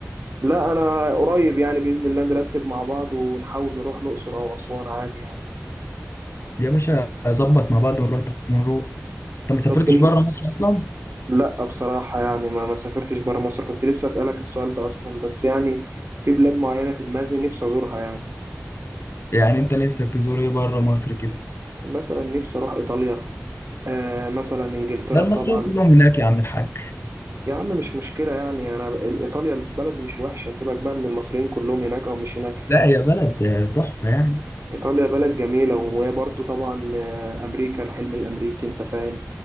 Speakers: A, on the right; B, on the left.
A: لا انا قريب يعني باذن الله نرتب مع بعض ونحاول نروح الاقصر او اسوان عادي يعني
B: يا باشا ظبط مع بعض ونروح ونروح انت ما سافرتش
A: طب بن...
B: بره مصر اصلا
A: لا بصراحه يعني ما ما سافرتش بره مصر كنت لسه اسالك السؤال ده اصلا بس يعني في بلاد معينه في دماغي نفسي ازورها يعني
B: يعني انت نفسك تزور ايه بره مصر كده
A: مثلا نفسي اروح ايطاليا آه مثلا انجلترا
B: ده المصريين
A: طبعا
B: كلهم هناك يا عم الحاج
A: يا عم مش مشكله يعني انا ب- ايطاليا البلد مش وحشه سيبك بقى من المصريين كلهم هناك او مش هناك
B: لا هي بلد آه، تحفة يعني
A: ايطاليا بلد جميله وهي برضو طبعا آه، امريكا الحلم الامريكي انت فاهم